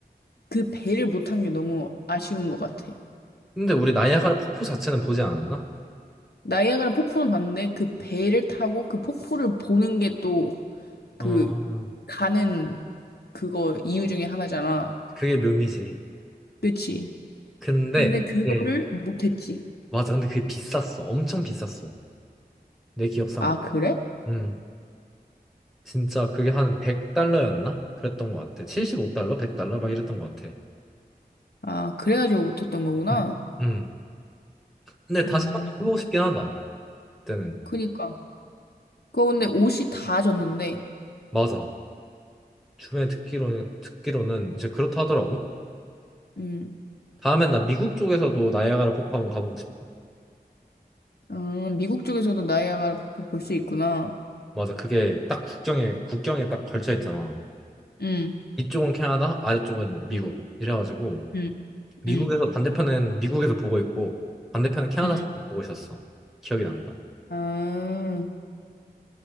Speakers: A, on the left; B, in the centre.
A: 그 배를 못 탄 게 너무 아쉬운 것 같아.
B: 근데 우리 나이아가라 폭포 자체는 보지 않았나?
A: 나이아가라 폭포는 봤는데 그 배를 타고 그 폭포를 보는 게 또
B: 아,
A: 그 가는 그거 이유 중에 하나잖아.
B: 그게 묘미지.
A: 그치?
B: 근데
A: 근데 그거를
B: 그게
A: 못했지.
B: 맞아. 근데 그게 비쌌어. 엄청 비쌌어. 내 기억상으로.
A: 아, 그래?
B: 음, 진짜 그게 한 100달러였나? 그랬던 것 같아. 75달러, 100달러 막 이랬던 것 같아.
A: 아, 그래가지고 못했던 거구나.
B: <laughs> 음. 음. 근데 다시
A: 음,
B: 한번 해보고 싶긴 하다. 그때는.
A: 그니까. 그거 근데 옷이 다 졌는데.
B: 맞아. 주변에 듣기로는 듣기로는 이제 그렇다 하더라고.
A: 음,
B: 다음엔 나 미국 쪽에서도 나이아가라 폭포 한번 가보고 싶어.
A: 아, 미국 쪽에서도 나이아가라 폭포 볼 수 있구나.
B: 맞아. 그게 딱 국경에 국경에 딱 걸쳐 있잖아.
A: 음,
B: 이쪽은 캐나다, 아래쪽은 미국. 이래가지고
A: 음,
B: 미국에서
A: 음,
B: 반대편은 미국에서 보고 있고 반대편은 캐나다에서
A: 음.
B: 보고 있었어. 기억이 난다.
A: 아,